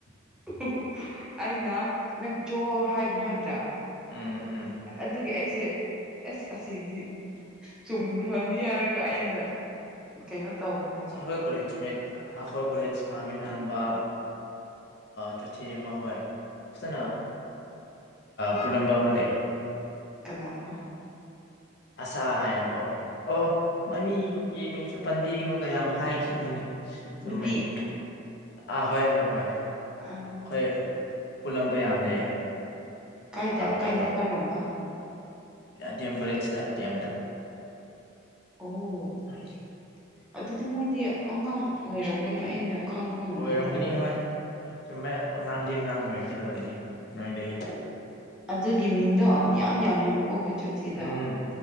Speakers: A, in the centre; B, on the left.
A: <unintelligible> ꯑꯩꯅ ꯅꯪ ꯆꯣ ꯍꯥꯏꯅ ꯍꯥꯏꯕꯗ ꯑꯨꯝ
B: ꯎꯝ ꯎꯝ
A: ꯑꯗꯨꯒꯤ ꯑꯩ ꯑꯩꯁꯦ ꯑꯁ ꯑꯁꯤꯗꯤ ꯆꯨꯝꯈ꯭ꯔꯅꯤ ꯍꯥꯏꯔꯒ ꯑꯩꯅ ꯀꯩꯅꯣ ꯇꯧꯕꯅꯦꯕ
B: ꯑꯈꯣꯏ ꯀꯣꯂꯦꯖ ꯃꯦꯠ ꯑꯈꯣꯏ ꯀꯣꯂꯦꯖ ꯀꯥꯃꯤꯟꯅꯥꯔꯝꯕ ꯆꯣꯊꯦ ꯑꯃ ꯍꯣꯏ ꯐꯖꯅ ꯄꯨꯜꯂꯝꯕ ꯑꯃ ꯂꯩ
A: ꯀꯅꯥꯒꯥ
B: ꯑꯁꯥ ꯍꯥꯏꯅꯀꯣ ꯑꯣ ꯃꯃꯤ ꯌꯦ ꯃꯤꯡꯁꯨ ꯄꯟꯕꯤꯒꯅꯨ ꯀꯌꯥꯝ ꯍꯥꯏꯈꯤꯕꯅꯤꯅꯦ ꯆꯨꯝꯝꯕꯅꯦ
A: ꯅꯨꯄꯤ
B: ꯑꯥ ꯍꯣꯏ ꯍꯣꯏ ꯍꯣꯏ
A: ꯑ
B: ꯑꯩꯈꯣꯏ ꯄꯨꯜꯂꯝꯕ ꯌꯥꯝ ꯂꯩ
A: ꯀꯥꯏꯗ
B: ꯀꯩꯅꯣꯅꯤ
A: ꯀꯥꯏꯗ ꯀꯥꯔꯝꯕ
B: ꯗꯤ ꯑꯦꯝ ꯀꯣꯂꯦꯖꯇ ꯗꯤ ꯑꯦꯝꯗ
A: ꯑꯣ
B: ꯎ <unintelligible>
A: ꯑꯗꯨꯗꯤ ꯃꯣꯏꯗꯤ ꯑꯉꯥꯡ ꯑꯣꯏꯔꯝꯒꯅꯤ ꯑꯩꯅ ꯈꯪꯕ ꯉꯝꯒꯗ
B: ꯑꯣꯏꯔꯝꯒꯅꯤ
A: ꯃꯥꯟꯗꯦ
B: ꯍꯣꯏ ꯆꯨꯝꯃꯦ ꯑꯉꯥꯡꯗꯤ ꯑꯉꯥꯡ ꯑꯣꯏꯒꯗꯧꯔꯤꯅꯦ ꯅꯣꯏꯗꯒꯤꯗꯤ
A: ꯑꯗꯨꯒꯤ ꯃꯤꯡꯗꯣ ꯌꯥꯝ ꯌꯥꯝꯃꯦꯕ ꯑꯩꯈꯣꯏ ꯆꯣꯊꯦꯗꯣ
B: ꯎꯝ